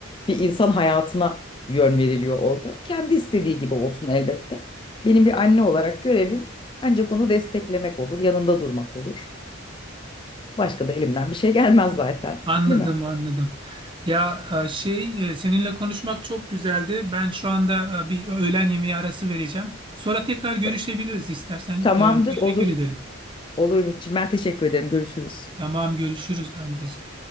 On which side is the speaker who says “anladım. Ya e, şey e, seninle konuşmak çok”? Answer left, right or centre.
Right